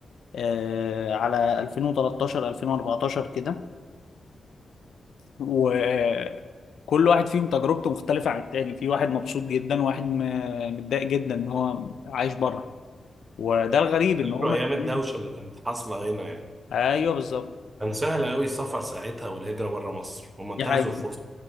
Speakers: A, on the left; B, on the right.
A: آه على 2013 2014 كده وكل واحد فيهم تجربته مختلفة عن التاني في واحد مبسوط جدا وواحد م- متضايق جدا ان هو عايش بره وده الغريب ان
B: فاكروا
A: هما
B: ايام
A: الاتنين
B: الدوشه اللي كانت حاصله هنا يعني
A: ايوه بالظبط
B: كان سهل قوي السفر ساعتها والهجره بره مصر هم انتهزوا
A: دي حقيقة
B: الفرصه